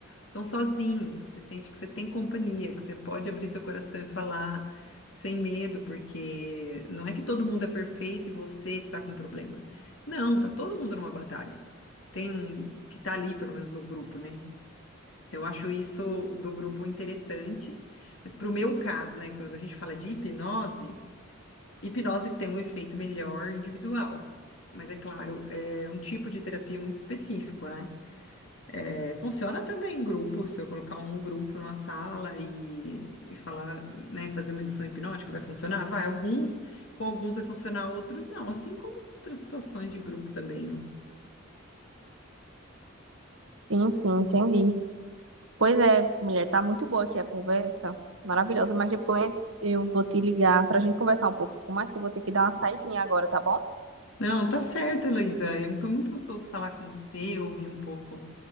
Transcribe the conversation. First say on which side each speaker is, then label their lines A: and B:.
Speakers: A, on the left; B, on the right.
A: então, sozinho, você sente que você tem companhia, que você pode abrir seu coração e falar sem medo, porque não é que todo mundo é perfeito e você está com um problema. Não, tá todo mundo numa batalha. Tem um que tá ali, pelo menos no grupo, né? Então, eu acho isso do grupo interessante. Mas para o meu caso, né, quando a gente fala de hipnose, hipnose tem um efeito melhor individual. Mas é claro, é um tipo de terapia muito específico, né? É, Funciona também em grupo, se eu colocar um grupo numa sala e, e falar, né, fazer uma indução hipnótica, vai funcionar? Vai, alguns, com alguns vai funcionar, outros não, assim como outras situações de grupo também, né?
B: Sim, sim, entendi. Pois é, mulher, tá muito boa aqui a conversa, maravilhosa, mas depois eu vou te ligar pra gente conversar um pouco mais, que eu vou ter que dar uma saidinha agora, tá bom?
A: Não, tá certo, Heloísa. Eu- Foi muito gostoso falar com você, ouvir um pouco